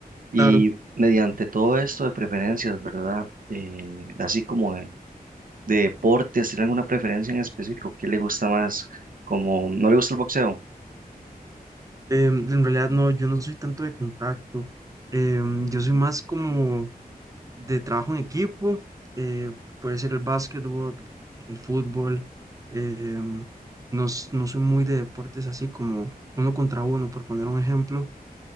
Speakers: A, on the right; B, on the right.
A: y
B: Claro,
A: mediante todo esto de preferencias, ¿verdad? Eh, así como de de deportes, ¿tiene alguna preferencia en específico? ¿Qué le gusta más? Como no le gusta el boxeo,
B: em, en realidad no, yo no soy tanto de contacto. Em, yo soy más como de trabajo en equipo, eh, puede ser el básquetbol, el fútbol. em, no, s- no soy muy de deportes así como uno contra uno, por poner un ejemplo.